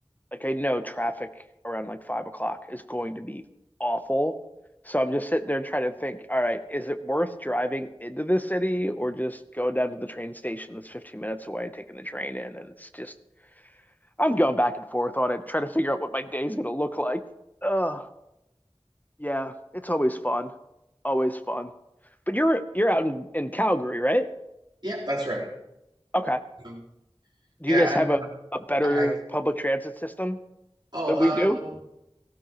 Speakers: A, on the left; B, on the right.
A: like I know traffic around like five o'clock is going to be awful. So I'm just sitting there trying to think, all right, is it worth driving into the city or just go down to the train station that's 15 minutes away and taking the train in? And it's just, I'm going back and forth on it, trying to figure out what my day's going to look like. Oh, yeah, it's always fun. Always fun. But you're you're out in, in Calgary, right?
B: Yep, that's right.
A: Okay.
B: Um,
A: Do
B: yeah,
A: you guys have
B: and
A: a,
B: uh,
A: a better
B: I
A: public transit system
B: oh
A: than
B: um
A: we do?